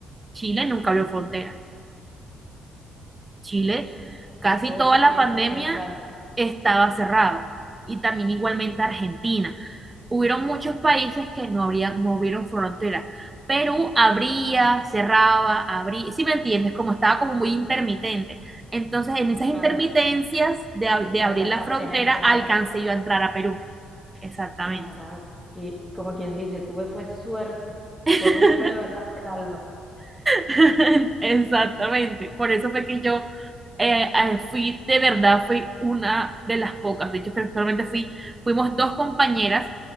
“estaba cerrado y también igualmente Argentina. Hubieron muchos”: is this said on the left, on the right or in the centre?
Right